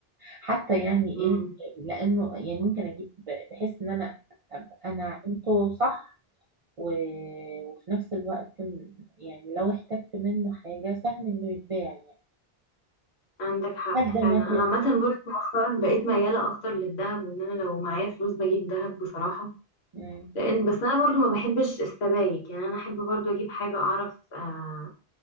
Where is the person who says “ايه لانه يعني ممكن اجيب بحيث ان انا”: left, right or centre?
Right